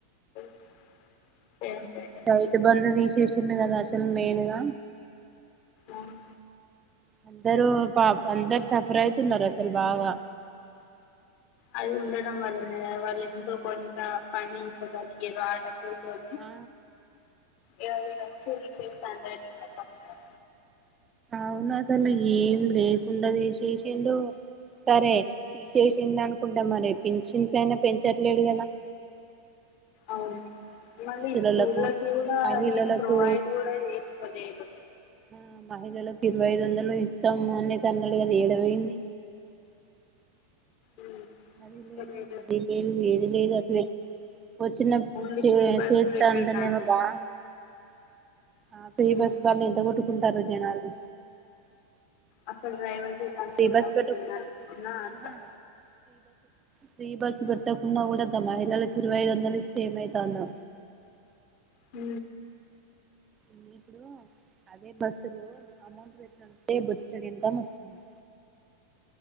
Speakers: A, on the left; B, on the right.
A: <inaudible> రేవంత్ రెడ్డి వచ్చి
B: రైతు బంధు తీసేసిండు కదా అసలు మెయిన్గా
A: అవును
B: అందరు పాప అందరు సఫర్ అయితున్నారు అసలు బాగా
A: అది ఉండడం వల్లనే కదా వాళ్ళు ఎంతో కొంత పండించగలిగిరు ఆడబ్లు తోని
B: ఆ
A: ఇగ వెడచ్చి తీసేస్తాండా <unintelligible>
B: అవును అసలు ఏం లేకుండా చేసేసిండు సరే తీసేసిండు అనుకుంటే మరి పించిన్స్ అయినా పెంచట్లేడు కదా <inaudible>
A: అవును మళ్ళీ
B: ముసలోళ్ళకు
A: స్కూళ్ళకి కూడా
B: మహిళలకు
A: ఏం ప్రొవైడ్ కూడా చేస్తలేదు
B: ఆ మహిళలకు ఇరవై ఐదు వందలు ఇస్తాము అనేసి అన్నాడు కదా ఏడవైంది
A: ఉమ్,
B: అది
A: ఇస్తలేదు
B: లేదు ఇది లేదు ఏది లేదు అసలే వచ్చినప్పుడు
A: ఓన్లీ
B: చే
A: ఫ్రీ బస్
B: చేస్తా
A: పెట్టిండు
B: అంటానేమో
A: అంతే
B: బా ఆ ఫ్రీ
A: ఉమ్,
B: బస్ వాళ్ల ఎంత కొట్టుకుంటారు జనాలు
A: అసలు డ్రైవర్కి <unintelligible>
B: ఫ్రీ బస్ పెట్టకుండా ఆహా ఫ్రీ బస్ పెట్టకున్న కూడా గా మహిళ కి ఇరువై ఐదువందాలు ఇస్తే ఏమైతందో
A: ఉ
B: ఉ ఇప్పుడు అదే బస్సులు అమౌంట్ పెట్టుంటే బొచ్చడి ఇన్ కమ్ వస్తుంది